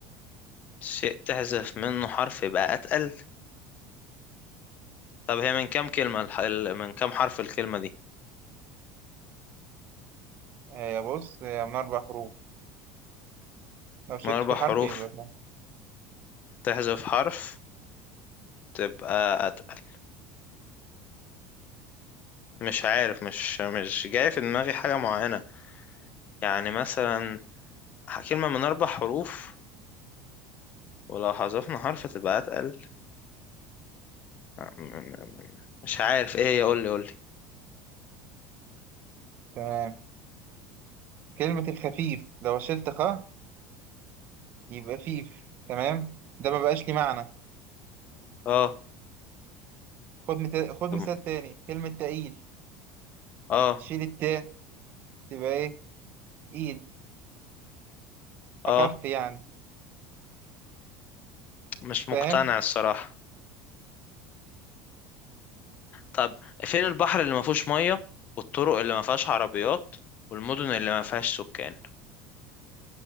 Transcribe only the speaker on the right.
آه، بص هي من أربع حروف لو شلت
فيه حرف
يبقى ده.
تمام كلمة الخفيف لو شلت خ يبقى فيف تمام ده ما بقاش ليه معنى
خد مت... خد
مثال تاني كلمة تقيل
شيل التاء تبقى ايه؟ ايد أخف
يعني
فاهم